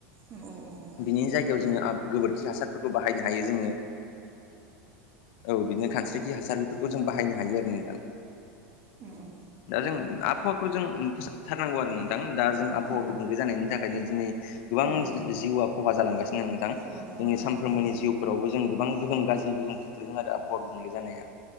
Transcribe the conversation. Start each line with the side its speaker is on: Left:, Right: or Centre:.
Right: अ अ अ
Left: बिनि जायगायाव जोङो गोबोरखि हासारफोरखौ बाहायनो हायो जोङो औ बिदिनो खानस्रिखि हासार बेफोरखौ जों बाहायनो हायो आरो नोंथां
Right: अ अ
Left: दा जों आबहावाखौ जों फोसाबथारनांगौ आरो नोंथां दा जों आबहावा
Right: औ
Left: गुबुंले जानायनि थाखायनो दिनै गोबां
Right: औ औ
Left: जिउआ खहा जालांगासिनों नोंथां
Right: जिउआ
Left: जोंनि
Right: खहा जालाङो
Left: सानफ्रोमबोनि
Right: औ
Left: जिउ फोरावबो जों गोबां गोहोम गाज्रि गोहोम खोख्लैदों आरो आबहावा गुबुंले जानाया